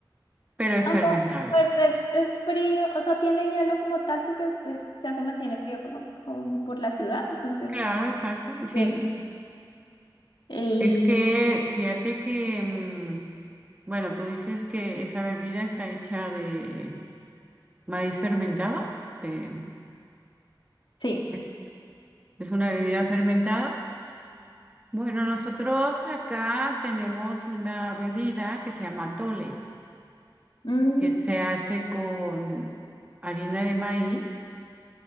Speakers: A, on the right (about 15°); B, on the left (about 75°).
A: Pero es
B: Aunque,
A: fermentada.
B: pues es, es frío, o no tiene hielo como tal, porque pues, ya se mantiene frío como, como por la ciudad, entonces...
A: Claro, exacto, sí.
B: Sí. Y
A: Es que fíjate que, mm, bueno, tú dices que esa bebida está hecha de maíz fermentado, de-
B: sí.
A: es, es una bebida fermentada. Bueno, nosotros acá tenemos una bebida que se llama tole.
B: Mm,
A: que se hace con harina de maíz